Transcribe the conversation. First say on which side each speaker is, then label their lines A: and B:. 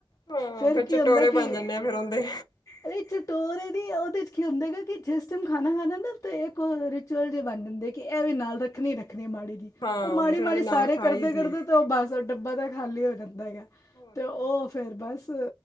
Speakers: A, on the left; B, on the left.
A: ਹਾਂ
B: ਫੇਰ
A: ਚਟੋਰੇ
B: ਕੀ ਹੁੰਦਾ ਕੀ,
A: ਬਣ ਜਾਂਦੇ ਆ ਫੇਰ ਉਹਦੇ
B: ਨਹੀ ਚਟੋਰੇ ਨੀ ਉਹਦੇ ਚ ਕੀ ਹੁੰਦੇ ਹੈਗਾ ਕਿ ਜਿਸ ਟੈਮ ਖਾਣਾਂ -ਖਾਣਾਂ ਨਾ ਤੇ ਇੱਕ ਰਿਚੁਅਲ ਜੇ ਬਣ ਜਾਂਦੇ ਕਿ ਇਹ ਵੀ ਨਾਲ ਰੱਖਣੀ- ਰੱਖਣੀ ਮਾੜੀ
A: ਹਾਂ
B: ਉਹ ਮਾੜੀ-
A: ਫੇਰ
B: ਮਾੜੀ
A: ਉਹਦੇ ਨਾਲ
B: ਸਾਰੇ
A: ਖਾ
B: ਕਰਦੇ-
A: ਲਈ ਦੀਏ
B: ਕਰਦੇ ਤੇ ਉਹ ਬਸ ਉਹ ਡੱਬਾ ਤਾਂ ਖਾਲੀ ਹੋ ਜਾਂਦਾ ਹੈਗਾ
A: ਹੋਰ
B: ਤੇ
A: ਕੀ
B: ਓ ਫਿਰ ਬਸ